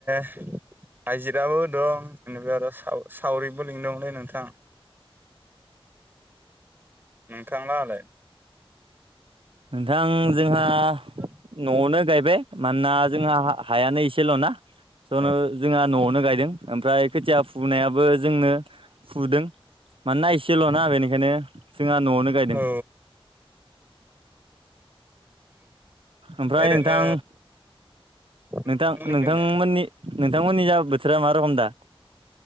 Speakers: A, on the right; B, on the right.
A: हाइजिराबो दं बेनिफ्राय आरो साव सावरिबो लिंदोंमोनलै नोंथां। नोंथांलांयालाय?
B: नोंथां जोंहा
A: <inaudible>
B: न'आवनो गायबाय मानोना जोंहा हायानो एसेल'ना। स
A: औ
B: जोंहा न'आवनो गायदों ओमफ्राय खोथिया फुनायाबो जोंनो फुदों मानोना एसेल'ना बेनिखायनो जोंहा न'आवनो गायदों।
A: औ
B: ओमफ्राय
A: ओरैनो
B: नोंथां
A: नोंथांमोननिखैलाय
B: नोंथां नोंथांमोननि नोंथांमोननि जा बोथोरा मा रखम दा?